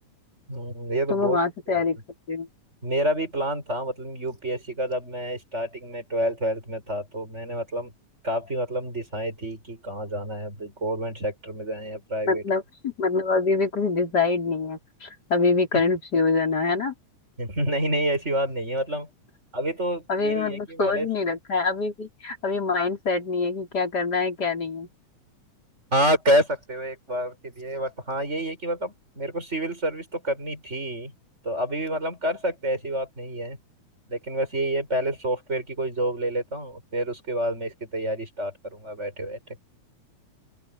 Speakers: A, on the right; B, on the left.
A: हम्म, ये तो
B: तो
A: बहुत
B: मैं वहां
A: अच्छी
B: से तैयारी
A: बात
B: करती
A: है।
B: हूँ
A: मेरा भी प्लान था मतलब यूपीएससी का जब मैं स्टार्टिंग में ट्वेल्थ ट्वेल्थ में था तो मैंने मतलब काफी मतलब दिशाएं थी कि कहाँ जाना है गवर्नमेंट सेक्टर में जाएं या प्राइवेट
B: मतलब मतलब अभी भी कुछ डिसाइड नहीं है अभी भी
A: में।
B: कंफ्यूजन है ना
A: <laughs> नहीं नहीं ऐसी बात नहीं है मतलब अभी तो
B: अभी
A: यही
B: भी मतलब
A: है कि
B: सोच
A: पहले
B: नहीं रखा है अभी भी अभी माइंड सेट नहीं है कि क्या करना है क्या नहीं है
A: हाँ कह सकते हो एक बार के लिए बट हाँ यही है कि मतलब मेरे को सिविल सर्विस तो करनी थी तो अभी भी मतलब कर सकते हैं ऐसी बात नहीं है लेकिन बस यही है पहले सॉफ्टवेयर की कोई जॉब ले लेता हूँ फिर उसके बाद मैं इसकी तैयारी स्टार्ट करूंगा बैठे बैठे <laughs>